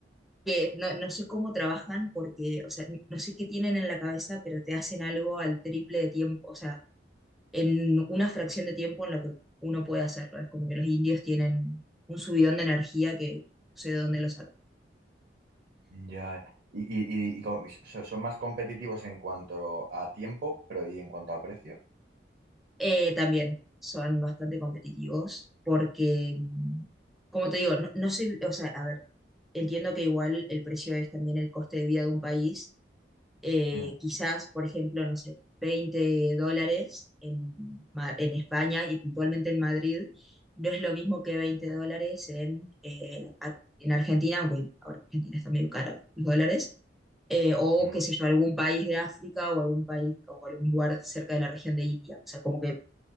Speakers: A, in the centre; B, on the right (about 55°).
A: que no, no sé cómo trabajan porque, o sea, no sé qué tienen en la cabeza, pero te hacen algo al triple de tiempo, o sea, en una fracción de tiempo en lo que uno puede hacerlo. Es como que los indios tienen un subidón de energía que no sé de dónde lo sacan.
B: Ya, y, y, y- y como- so- son más competitivos en cuanto a tiempo, pero y en cuanto a precio.
A: Eh, también son bastante competitivos porque, mm, como te digo, no, no sé, o sea, a ver, entiendo que igual el precio es también el coste de vida de un país eh,
B: Mm,
A: quizás, por ejemplo, no sé, 20 dólares en, Ma- en España y puntualmente en Madrid, no es lo mismo que 20 dólares en, eh, Ar- en Argentina, aunque en- ahora Argentina está medio cara los dólares, eh, o
B: mm,
A: qué sé yo, algún país de África o algún país o algún lugar cerca de la región de India. O sea, como que